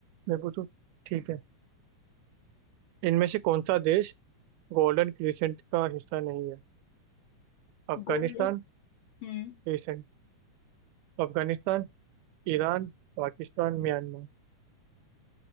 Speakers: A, on the right; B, on the left.
A: मैं पूछूं ठीक है इनमें से कौन सा देश गोल्डन क्रिसेंट का हिस्सा नहीं है Afghanistan
B: गोल्ड हम्म Gold- हम्म,
A: crescent Afghanistan Iran Pakistan Myanmar